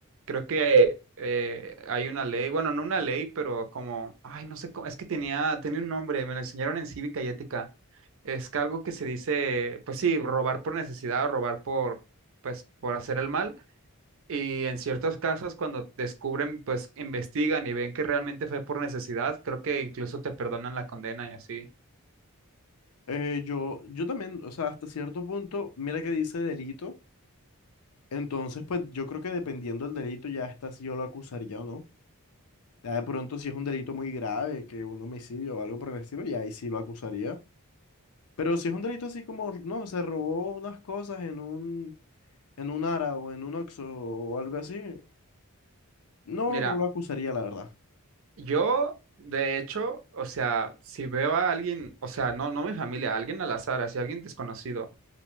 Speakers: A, on the right; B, on the left.
A: creo que eh, hay una ley, bueno, no una ley, pero como, ay, no sé cómo, es que tenía, tenía un nombre, me lo enseñaron en cívica y ética. Es que algo que se dice, pues sí, robar por necesidad o robar por, pues, por hacer el mal. Y en ciertos casos, cuando descubren, pues investigan y ven que realmente fue por necesidad, creo que incluso te perdonan la condena y así.
B: Eh, yo, yo también, o sea, hasta cierto punto, mira que dice delito, entonces pues yo creo que dependiendo del delito ya está si yo lo acusaría o no. Ya de pronto si es un delito muy grave, que un homicidio o algo por el estilo, ya ahí sí lo acusaría. Pero si es un delito así como, no, se robó unas cosas en un, en un Ara o en un Oxxo o algo así, no,
A: Mira,
B: no lo acusaría, la verdad.
A: yo, de hecho, o sea, si veo a alguien, o sea, no, no mi familia, alguien al azar, así, alguien desconocido